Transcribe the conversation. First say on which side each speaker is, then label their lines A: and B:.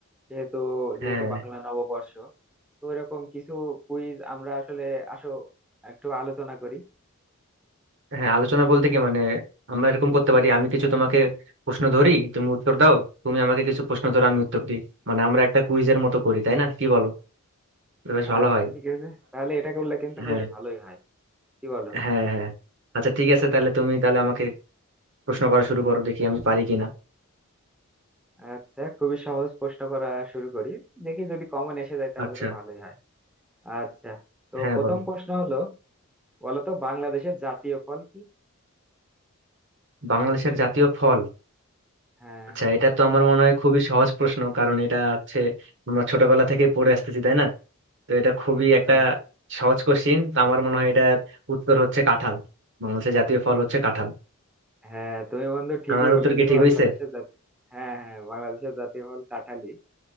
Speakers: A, in the centre; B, on the right.
A: সেহেতু যেহেতু
B: হ্যাঁ
A: বাংলা নববর্ষ তো এরকম কিছু কুইজ আমরা আসলে আসো একটু আলোচনা করি
B: হ্যাঁ আলোচনা বলতে কি মানে আমরা এরকম করতে পারি আমি কিছু তোমাকে প্রশ্ন ধরি তুমি উত্তর দাও তুমি আমাকে কিছু প্রশ্ন ধরো আমি উত্তর দিই মানে আমরা একটা কুইজের মতো করি তাই না কি বলো এটা বেশ ভালো
A: আচ্ছা
B: হয়
A: ঠিক আছে তাহলে এটা করলে কিন্তু
B: হ্যাঁ
A: বেশ ভালোই হয় কি বলো
B: হ্যাঁ হ্যাঁ আচ্ছা ঠিক আছে তাহলে তুমি তাহলে আমাকে প্রশ্ন করা শুরু করো দেখি আমি পারি কিনা
A: আচ্ছা খুবই সহজ প্রশ্ন করা শুরু করি দেখি যদি কমন এসে যায় তাহলে
B: আচ্ছা
A: তো ভালোই হয় আচ্ছা তো
B: হ্যাঁ
A: প্রথম
B: বল
A: প্রশ্ন হলো বলতো বাংলাদেশের জাতীয় ফল কি
B: বাংলাদেশের জাতীয় ফল
A: হ্যাঁ
B: আচ্ছা এটা তো আমার মনে হয় খুবই সহজ প্রশ্ন কারণ এটা হচ্ছে আমরা ছোটবেলা থেকে পড়ে আসতেছি তাই না তো এটা খুবই একটা
A: হ্যাঁ
B: সহজ কোশ্চিন তো আমার মনে হয় এটার উত্তর হচ্ছে কাঁঠাল বাংলাদেশের জাতীয় ফল হচ্ছে কাঁঠাল
A: হ্যাঁ তুমি বন্ধু ঠিকই
B: আমার
A: বলেছো
B: উত্তর কি ঠিক
A: বাংলাদেশের
B: হয়েছে
A: জাতীয় হ্যাঁ হ্যাঁ বাংলাদেশের জাতীয় ফল কাঁঠালি